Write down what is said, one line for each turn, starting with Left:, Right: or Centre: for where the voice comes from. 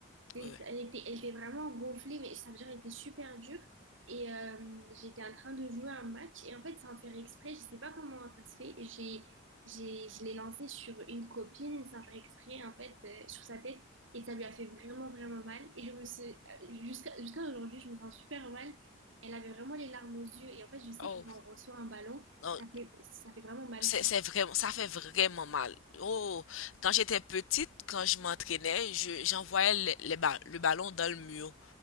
Right: C'est-
Left: Ouais, ouais.
Right: Elle était, elle était vraiment gonflée, mais ça veut dire elle était super dure. Et euh, j'étais en train de jouer un match. Et en fait, sans faire exprès, je sais pas comment ça se fait. J'ai, j'ai, je l'ai lancé sur une copine sans faire exprès, en fait, euh, sur sa tête. Et ça lui a fait vraiment, vraiment mal. Et je me suis, euh, jusqu'à, jusqu'à aujourd'hui, je me sens super mal. Elle avait vraiment les larmes aux yeux. Et en fait, je sais
Left: Oh,
Right: que quand on reçoit un ballon,
Left: non,
Right: ça fait, ça fait vraiment mal.
Left: C'est, c'est vraiment, ça fait vraiment mal. Oh, quand j'étais petite, quand je m'entraînais, je, j'envoyais le, les ba- le ballon dans le mur.